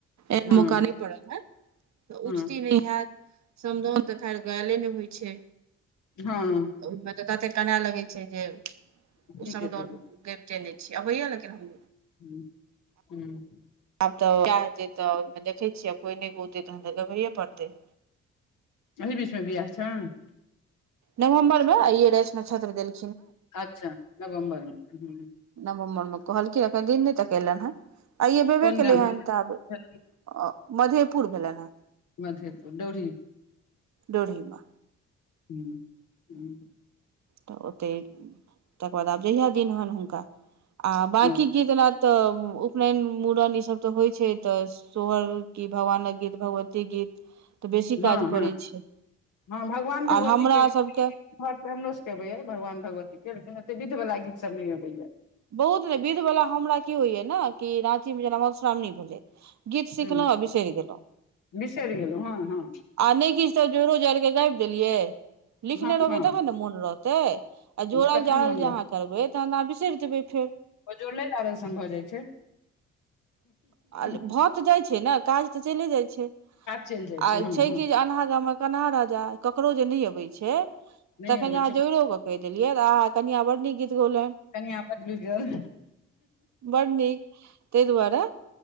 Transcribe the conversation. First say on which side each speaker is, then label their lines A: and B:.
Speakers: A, on the right; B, on the left.
A: एन
B: हँ
A: मौकाने पड़ल ह तऽ
B: हँ
A: उचती नहि हयत समदाउन तऽ खैर गायले ने होइ छै
B: हँ
A: ओहिमे त तते केना लगै छै जे ओ
B: की
A: समदौउल
B: केतै
A: हम गाबिते नहि छी अबैया लेकिन हम
B: ह्म ह्म
A: आब तऽ बियाह हेतै तऽ ओहिमे देखै छियै आ कोइ नहि गतै तखन तऽ गबैए पड़तै
B: एहि बीचमे बियाह छनि
A: नवम्बर मे आइये रहै नश्क्षत्र देल
B: अच्छा नवम्बर में
A: नवहम्बर मे कहलखिन है दिन नहि त खेलन ह आइय भेबे
B: कोन
A: केलैहन
B: गाम मे
A: तऽ आब मधेपुर भेलनि हन
B: मधेपुर डौरी
A: डोरी म
B: ह्म ह
A: तऽ ओते तकर बाद अब जहिया दिन होन हुनका आ बाकी
B: ह
A: गीत लैए तऽ उपनयन मूड़न ई सब तऽ होइ छैय तऽ सोहर की भगवानक गीत भगवतीक गीत <inaudible>
B: हाँ
A: काज
B: हाँ
A: पड़ै छै
B: हाँ भगवान भगवतीके
A: आर हमरा
B: घरसे
A: सभके
B: हमरो सबके अबैये भगवान भगवती के लेकिन ओते विध वाला गीत सब नहि अबैया
A: बहुत ने विध वला हमरा की होइय ने कि न रात जे मधुश्रावणी भेलै गीत सिखलहुँ
B: ह
A: आ बिसरि गेलहु
B: बिसरि गेलहुँ हँ हँ
A: आ नहि किछु तऽ जोरो जड़ि क गबि देलियै लिखने
B: हँ
A: रहबै
B: हँ
A: तखन ने मोन रहतै आ जोड़ल
B: तखन
A: जड़ल
B: मोन
A: जे अहाँ करबै तऽ त न बिसरि जैबै फेर
B: ओ जुड़ले आदर्शन भऽ जाइ छै
A: आ
B: काज
A: भऽ तऽ जाइ छै ने काज तऽ चले जाइ छै आ
B: चलि जाइ हँ
A: छै
B: हँ
A: कि जे अन्हा गाँम में कनहा राजा ककरो जे नहि अबै छै
B: नहि
A: तखन
B: अबै
A: अहाँ
B: छै
A: जोड़ो के कहि देलियै अहाँ कनिया बड़ नीक गीत <unintelligible>
B: कनिया बदलि गेल
A: बड़ नीक ताहि दुआरे